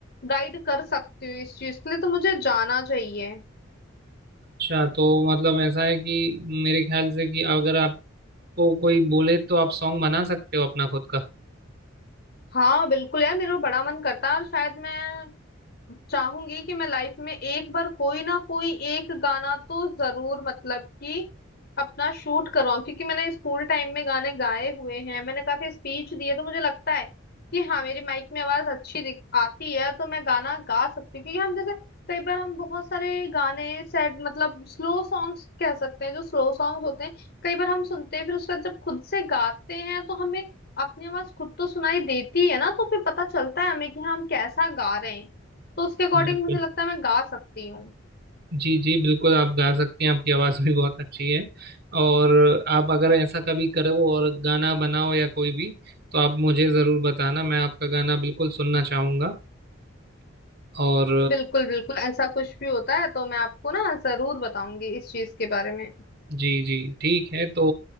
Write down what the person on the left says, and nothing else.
गाइड कर सकती हूँ इस चीज के लिए तो मुझे जाना चाहिए
हाँ बिल्कुल यार मेरा बड़ा मन करता है और शायद मैं चाहूंगी कि मैं लाइफ में एक बार कोई ना कोई एक गाना तो जरूर मतलब कि अपना शूट करवाऊं क्योंकि मैंने स्कूल टाइम में गाने गाए हुए हैं मैंने काफी स्पीच दिए तो मुझे लगता है कि हाँ मेरी माइक में आवाज अच्छी दिख- आती है तो मैं गाना गा सकती हूँ क्योंकि हम जैसे कई बार हम बहुत सारे गाने सैड मतलब स्लो सॉन्ग्स कह सकते हैं जो स्लो सॉन्ग्स होते हैं कई बार हम सुनते हैं फिर उसके बाद जब खुद से गाते हैं तो हमें अपनी आवाज खुद तो सुनाई देती है ना तो फिर पता चलता है हमें कि हाँ, हम कैसा गा रहे हैं तो उसके अकॉर्डिंग
मुझे लगता है मैं गा सकती हूँ
बिल्कुल बिल्कुल ऐसा कुछ भी होता है तो मैं आपको ना जरूर बताऊंगी इस चीज के बारे में